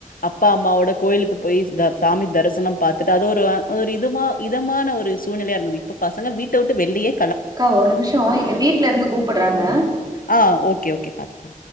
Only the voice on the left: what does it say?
அப்பா அம்மாவோட கோயிலுக்கு போய் த சாமி தரிசனம் பாத்துட்டு அது ஒரு ஒரு இதமா இதமான ஒரு சூழ்நிலையா இருந்தது இப்ப பசங்க வீட்ட வுட்டு வெளியே
ஆ ஓகே ஓகே பாத்துக்கோ